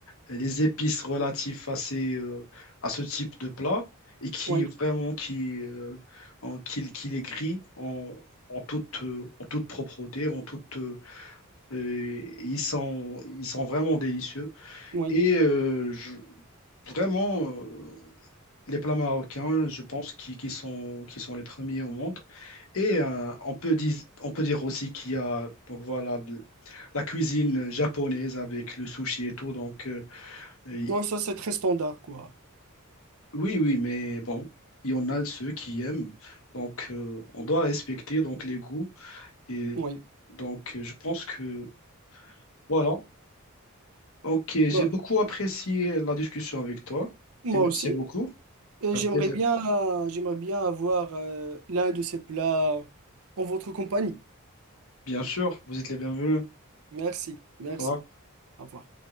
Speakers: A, on the left; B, on the right.
A: les épices relatives à ces, euh, à ce type de plat et qui
B: oui,
A: vraiment, qui, euh, en- qui, qui les grillent en, en toute, euh, en toute propreté, en toute euh, euh, ils sont, ils sont vraiment délicieux.
B: oui.
A: Et euh, je- vraiment, euh, les plats marocains, je pense qu'ils qu'ils sont, qu'ils sont les premiers au monde. Et euh, on peut dire, on peut dire aussi qu'il y a donc voilà, de- la cuisine japonaise avec le sushi et tout. Donc, euh, et-
B: Non, ça c'est très standard, quoi.
A: oui, oui, mais bon, il y en a ceux qui aiment. Donc, euh, on doit respecter donc, les goûts. Et
B: Oui.
A: donc, euh, je pense que voilà, Ok, j'ai
B: Bah,
A: beaucoup apprécié la discussion avec toi
B: moi
A: et merci
B: aussi.
A: beaucoup.
B: Et
A: Un
B: j'aimerais
A: plaisir.
B: bien, j'aimerais bien avoir euh, l'un de ces plats en votre compagnie.
A: Bien sûr, vous êtes les bienvenus.
B: Merci, merci.
A: Au revoir.
B: Au revoir.